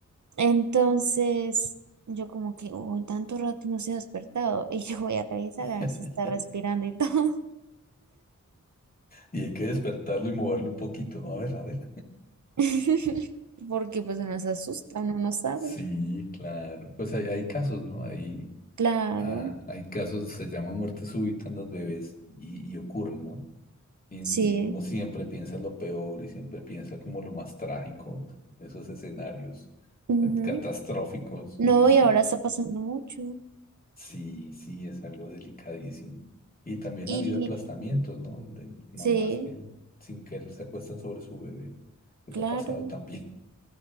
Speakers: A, on the right (about 70°); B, on the left (about 30°).
A: Entonces yo como que, uy tanto rato y no se ha despertado y yo voy a revisar a
B: <laughs>
A: ver si está respirando y todo,
B: Y hay que despertarlo y moverlo un poquito, ¿no? A ver, a ver.
A: <laughs> porque pues uno se asusta, uno no sabe.
B: Sí, claro. Pues hay, hay casos, ¿no? Hay
A: Claro,
B: Ah, hay casos, se llama muerte súbita en los bebés y, y ocurre, ¿no? Y,
A: sí.
B: y uno siempre piensa lo peor y siempre piensa como lo más trágico, esos escenarios
A: ujú.
B: eh, catastróficos.
A: No,
B: Uy, sí,
A: y ahora está pasando mucho.
B: sí, sí, es algo delicadísimo. Y también
A: Y
B: ha habido aplastamientos, ¿no? De mamás
A: sí,
B: que sin querer se acuestan sobre su bebé. Eso
A: claro,
B: ha pasado también.